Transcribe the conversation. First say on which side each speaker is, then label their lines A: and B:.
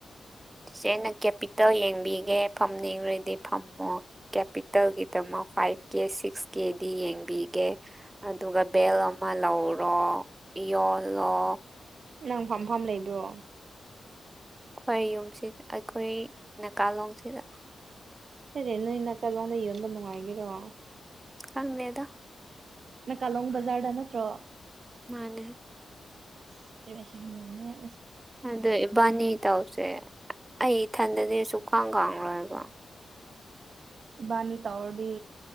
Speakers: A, on the right; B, on the right.
A: ꯁꯤꯁꯦ ꯑꯩꯅ ꯀꯦꯄꯤꯇꯦꯜ ꯌꯦꯡꯕꯤꯒꯦ ꯐꯝ ꯌꯦꯡꯔꯗꯤ ꯐꯝꯃꯣ ꯀꯦꯄꯤꯇꯦꯜꯒꯤꯗꯃꯛ ꯐꯥꯏꯚ ꯀꯦ ꯁꯤꯛꯁ ꯀꯦꯗꯤ ꯌꯦꯡꯕꯤꯒꯦ ꯑꯗꯨꯒ ꯕꯦꯜ ꯑꯃ ꯂꯧꯔꯣ ꯌꯣꯂꯣ
B: ꯅꯪ ꯐꯥꯝ ꯐꯥꯝ ꯂꯩꯕ꯭ꯔꯣ
A: ꯍꯣꯏ ꯌꯨꯝꯁꯤ ꯑꯩꯈꯣꯏ ꯅꯥꯀꯥꯂꯣꯡꯁꯤꯗ
B: ꯁꯤꯁꯦ ꯅꯣꯏ ꯅꯥꯀꯜꯂꯣꯝꯗ ꯌꯦꯪꯕ ꯅꯨꯡꯉꯥꯏꯒꯔꯣ
A: ꯈꯪꯗꯦꯗꯥ
B: ꯅꯥꯀꯥꯂꯣꯡ ꯕꯖꯥꯔꯗ ꯅꯠꯇ꯭ꯔꯣ
A: ꯃꯥꯅꯦ
B: ꯁꯃꯦ
A: ꯑꯗꯣ ꯏꯕꯥꯅꯤ ꯇꯥꯎꯁꯦ ꯑꯩ ꯏꯊꯟꯗꯗꯤ ꯁꯨꯛꯈꯥꯡ ꯈꯪꯂꯣꯏꯕ
B: ꯏꯕꯥꯅꯤ ꯇꯧꯔꯗꯤ